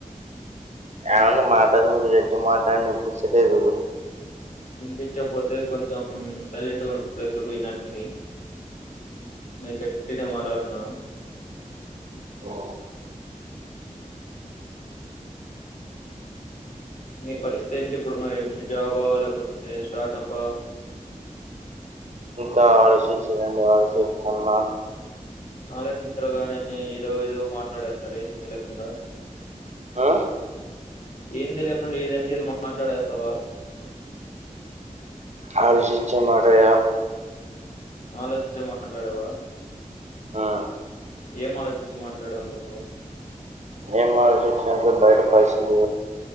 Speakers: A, on the right (about 55°); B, on the left (about 75°).
A: ఏమన్నా మాటడేది గట్టిగా మాటాడు ఇనిపిచ్చలేదు
B: వినిపించపోతే కొంచెం సైలెంట్ గా ఉన్న ప్లేస్ లో పోయినా నండి నే పెట్టినే మాట్లాడుతున్నాను
A: ఓ
B: మీ పరిస్థితి ఏంటి ఇప్పుడు మరి జాబా లేకపోతే స్టార్టప్పా
A: ఇంత ఆలోచించి రండి ఆలోచిత్తున్నా
B: ఆలోచించరుగానే ఏదో ఏదో మాట్లాడేస్తారు ఏ లేకుండా
A: ఆ
B: ఏంది లేకుండా ఏదంటే ఇది మాట్లాడేస్తావా
A: ఆలోచిచ్చే మాటాడిన
B: ఆలోచిచ్చే మాట్లాడేవా
A: ఆ
B: ఏం ఆలోచించి మాట్లాడావు నువ్వు
A: ఏం ఆలోచిచ్చినా బయట పరిస్థితి